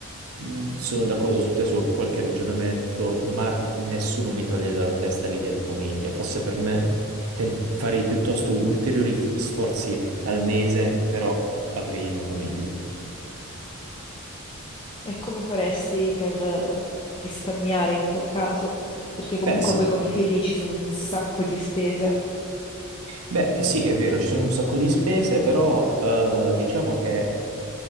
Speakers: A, on the right; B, on the left.
A: mh, sono d'accordo su te su qualche ragionamento, ma nessuno mi toglie dalla testa l'idea di famiglia. Forse per me ten- farei piuttosto ulteriori fo- sforzi al mese, però avrei una famiglia.
B: E come faresti per eh, risparmiare in quel caso? Perché comunque
A: Beh, sì.
B: poi con i figli ci sono un sacco di spese.
A: Beh, sì, è vero, ci sono un sacco di spese, però eh, diciamo che